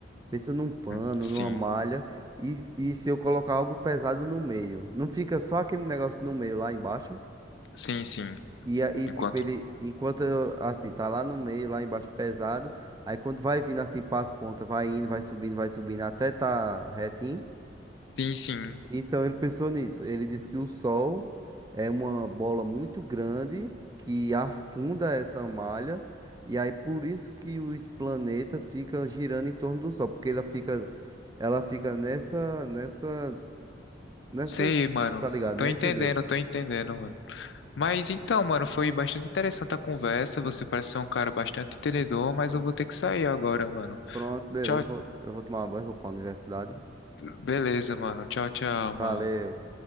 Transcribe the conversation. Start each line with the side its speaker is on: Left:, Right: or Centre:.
Right: Pensa num pano,
Left: hum, sim,
Right: numa malha. E, e se eu colocar algo pesado no meio? Não fica só aquele negócio no meio lá embaixo?
Left: sim, sim.
Right: E aí,
Left: Enquanto.
Right: tipo, ele, enquanto eu, assim, tá lá no meio, lá embaixo, pesado. Aí quando vai vindo assim para as pontas, vai indo, vai subindo, vai subindo até tá retinho.
Left: Sim, sim.
Right: Então ele pensou nisso. Ele disse que o Sol é uma bola muito grande que afunda essa malha, e aí por isso que os planetas ficam girando em torno do Sol, porque ela fica, ela fica nessa, nessa, nessa,
Left: Sei, mano.
Right: tá ligado,
Left: Tô
Right: né?
Left: entendendo,
Right: Entendeu?
Left: tô entendendo, mano. Mas então, mano, foi bastante interessante a conversa. Você parece ser um cara bastante entendedor, mas eu vou ter que sair agora, mano.
Right: Pronto, beleza.
Left: Tchau,
Right: Vou- eu vou tomar banho, vou pra universidade.
Left: beleza, mano. Tchau, tchau,
Right: Valeu.
Left: mano.